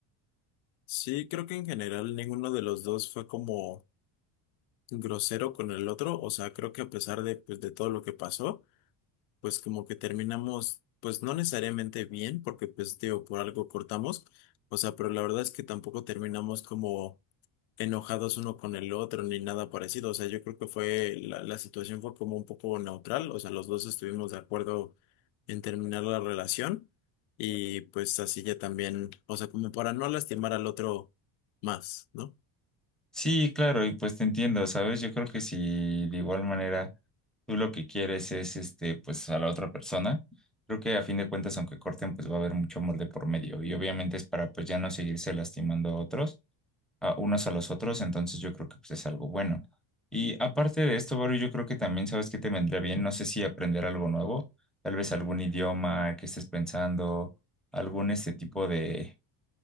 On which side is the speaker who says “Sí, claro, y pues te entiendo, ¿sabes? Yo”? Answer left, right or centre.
Centre